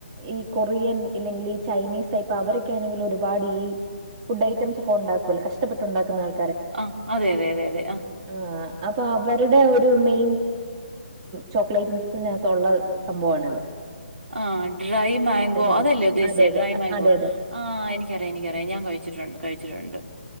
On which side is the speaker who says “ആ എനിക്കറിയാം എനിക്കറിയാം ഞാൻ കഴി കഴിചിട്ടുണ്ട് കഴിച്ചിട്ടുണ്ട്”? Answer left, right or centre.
Right